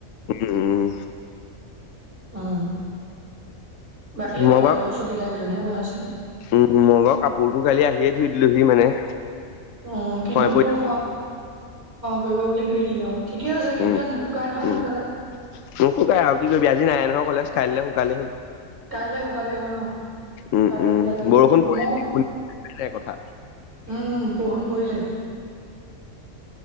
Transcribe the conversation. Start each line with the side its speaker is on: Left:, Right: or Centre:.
Left: উম উম
Right: উম বাকী
Left: মই
Right: কলেজৰ
Left: বাৰু
Right: চকীদাৰ কেইজননেহে বনাইছে
Left: উম মই বাৰু কাপোৰটো কালি আহিয়ে ধুই দিলোহি মানে
Right: অ কিন্তু
Left: হয় পৰি
Right: তোৰ খোৱা কৰিব বুলি ধৰি দিলি অ ঠিকে আছে কিন্তু
Left: উম
Right: তাত নুশুকাই নহয়
Left: উম
Right: সোনকালে
Left: মোকো কাই আৰু কি কৰিবি আজি নাই নহয় কলেজ কাইলৈ শুকালে হ'ল
Right: কাইলৈ শুকালে হ'ল
Left: উম
Right: কাইলৈ
Left: উম
Right: কিবা এটা কৰি
Left: বৰষুণ পৰি
Right: ম
Left: শুনিবি নাই কথা
Right: উম বৰষুণ পৰিলে